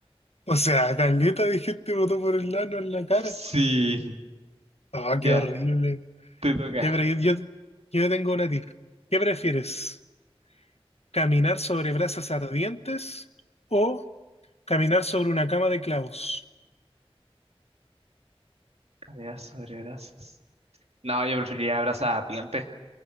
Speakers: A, on the left; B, on the right.
A: O sea, Caleta de gente votó por el ano en la cara.
B: Sí,
A: Oh,
B: ya,
A: qué horrible.
B: te toca.
A: Ya, pero yo, yo, yo tengo una tip. ¿Qué prefieres? ¿Caminar sobre brasas ardientes o caminar sobre una cama de clavos?
B: Caminar sobre brazos. No, yo preferiría abrazar ardiente,